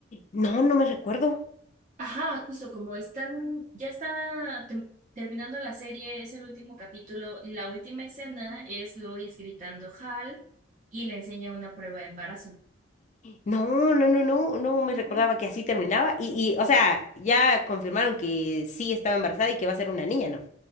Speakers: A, on the left (about 40°); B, on the right (about 40°).
A: No, no me recuerdo.
B: Ajá, justo como están, ya está tem- terminando la serie, es el último capítulo y la última escena es Lois gritando Hal y le enseña una prueba de embarazo.
A: No, no, no, no, no me recordaba
B: Ujú.
A: que así terminaba. Y, y, o sea, ya confirmaron que sí estaba embarazada y que va a ser una niña, ¿no?